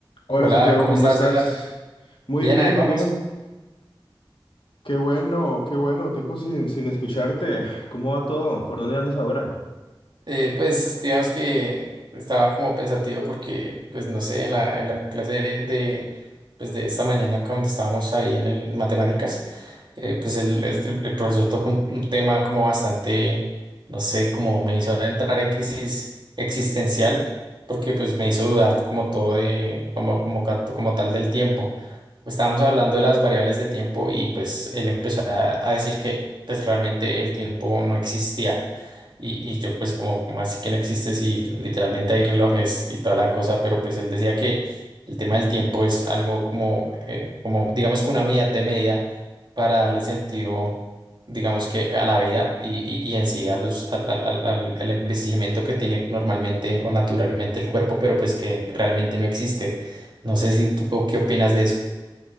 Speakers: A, on the left; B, on the right.
A: Hola
B: Hola,
A: Santiago,
B: ¿cómo
A: ¿cómo
B: estás,
A: estás?
B: Edgar?
A: Muy
B: Bien,
A: bien,
B: ahí vamos.
A: muy bien. Qué bueno, qué bueno. Tiempo sin, sin escucharte. ¿Cómo va todo? ¿Por dónde andas ahora?
B: Eh, pues digamos que estaba como pensativo porque, pues no sé, en la, en la clase de, de, pues, de esta mañana acá donde estábamos ahí en el- en matemáticas, eh, pues el, el- el- el profesor tocó un, un tema como bastante, no sé, como me hizo entrar en crisis existencial porque pues me hizo dudar como todo de, como, como, ca- como tal del tiempo. Pues, estábamos hablando de las variables de tiempo y pues él empezó a, a decir que pues realmente el tiempo no existía y, y yo pues como, como así que no existe si literalmente hay relojes y toda la cosa, pero pues él decía que el tema del tiempo es algo como, eh, como digamos que una unidad de medida para darle sentido, digamos que a la vida y, y, y en sí a los, al, al, al- al- al envejecimiento que tiene normalmente o naturalmente el cuerpo, pero pues que realmente no existe. No sé si tú co- qué opinas de eso.